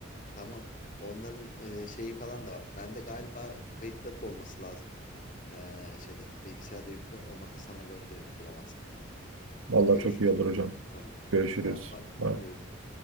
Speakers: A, on the left; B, on the right.
A: Tamam. Onların e, şeyi falan da var. Bende galiba kayıtları da olması lazım. E, şeyde bilgisayarda yüklü. Olmazsa sana gönderirim bulamazsan.
B: Vallahi
A: Görüşürüz.
B: çok iyi olur hocam.
A: Hı hı.
B: Görüşürüz.
A: Tamam bak bakalım
B: Bye.
A: görüşürüz.